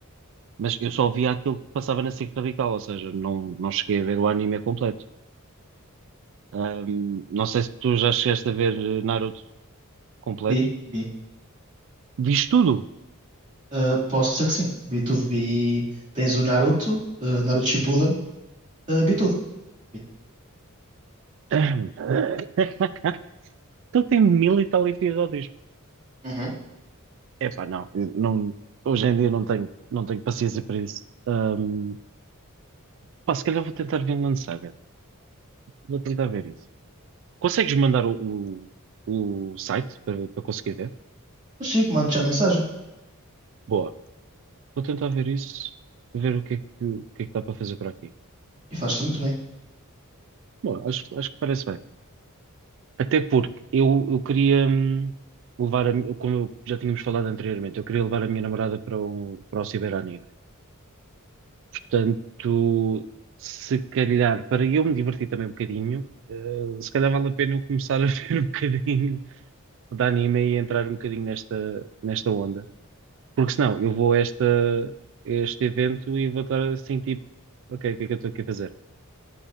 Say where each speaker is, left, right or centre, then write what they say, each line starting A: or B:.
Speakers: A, on the right; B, on the right.
A: Mas eu só via aquilo que passava na SIC Radical, ou seja, não, não cheguei a ver o anime completo. Ahm, não sei se tu já chegaste a ver eh, Naruto completo.
B: Vi, vi.
A: Viste tudo?
B: Uh, posso dizer que sim. Vi tudo. Vi. Tens o Naruto, uh, Naruto Shippuden. Uh, vi tudo. Vi.
A: <coughs> Ahm, <laughs> Então tem mil e tal episódios.
B: Uhum.
A: Epá, não, eu não, hoje em dia não tenho, não tenho paciência para isso. Ahm, pá, se calhar vou tentar Vinland Saga. Vou tentar ver isso. Consegues mandar o, o, o site para, para conseguir ver?
B: Mas Chico, mando-te já a mensagem.
A: Boa. Vou tentar ver isso, ver o que é que, o que é que dá para fazer por aqui.
B: E fazes-te muito bem.
A: Bom, acho, acho que parece bem. Até porque eu, eu queria hum, levar a, mi- como já tínhamos falado anteriormente, eu queria levar a minha namorada para o, para o ciberanime. Portanto, se calhar, para eu me divertir também um bocadinho, eh, se calhar vale a pena eu começar a <laughs> ver um bocadinho de anime e entrar um bocadinho nesta, nesta onda. Porque senão eu vou a esta, a este evento e vou estar assim, tipo, ok, o que é que eu estou aqui a fazer?